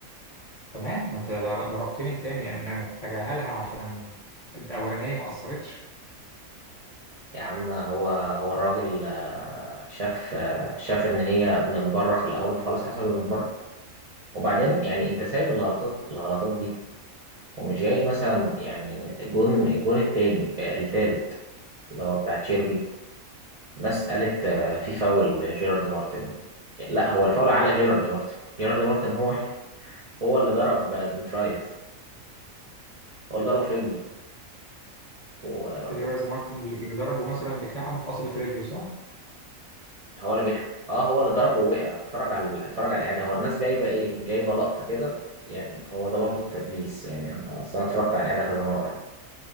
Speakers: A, on the left; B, on the right.
A: تمام ما انت ضر- ضربتني تاني يعني انا اتجاهلها عشان الاولانيه ما اثرتش
B: يا عم هو هو الراجل آه، شاف آه، شاف ان هي من بره في الاول خلاص حسب اللي من بره وبعدين يعني انت سايب الغلطات الغلطات دي ومش جاي مثلا يعني الجون الجون التاني آه، التالت اللي هو بتاع تشيربي الناس قالت آه، في فاول جيرارد مارتن لا هو الفاول على جيرارد مارتن جيرارد مارتن هو هو اللي ضرب آه، دومفرايز هو اللي ضربه في رجله
A: جيرارد مارتن اللي ضربه مثلا بكعبه في قصبة رجله صح؟
B: هو اللي بيح... اه هو اللي ضربه ووقع اتفرج على ال- اتفرج على الاعاده هو الناس جايبه ايه جايبه لقطه كده يعني هو ده برضو التدليس يعني انا اصل انا اتفرجت على الاعاده كذا مره يعني.